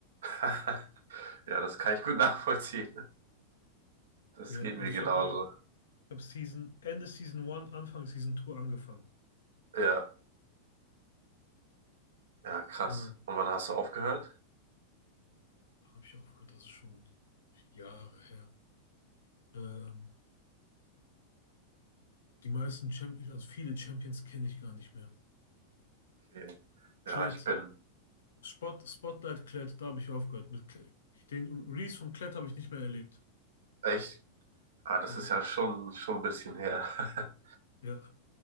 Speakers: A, on the right (about 60°); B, on the left (about 65°).
A: <laughs> ja, das kann ich gut nachvollziehen. Das
B: Ja,
A: geht
B: also
A: mir
B: ich
A: genauso.
B: habe bei, ich habe Season, Ende Season 1, Anfang Season 2 angefangen.
A: Ja, ja, krass.
B: Genau.
A: Und wann hast du aufgehört?
B: Wann habe ich aufgehört? Das ist schon Jahre her. Ähm, die meisten Champions, also viele Champions kenne ich gar nicht mehr.
A: Okay.
B: Klett,
A: Ja, ich bin
B: Spot, Spotlight Klett, da habe ich aufgehört. Mit Klett. Den Release von Klett habe ich nicht mehr erlebt.
A: echt, ah, das
B: Ja,
A: ist ja schon, schon ein bisschen her. <laughs>
B: ja.